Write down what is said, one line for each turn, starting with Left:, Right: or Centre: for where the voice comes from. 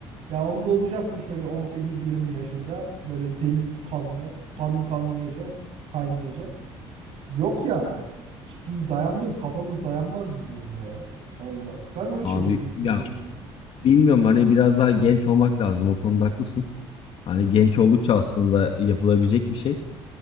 Right: Ya onda olacaksın şöyle 18-20 yaşında böyle deli kanlı kanın kaynayacak kaynayacak. Yok ya biz dayanmayız kafamız dayanmaz bizi onda ya. Allah ben o
Left: Abi
Right: şekilde düşünüyorum
Left: ya
Right: onu.
Left: bilmiyorum hani biraz daha genç olmak lazım o konuda haklısın. Hani genç oldukça aslında yapılabilecek bir şey.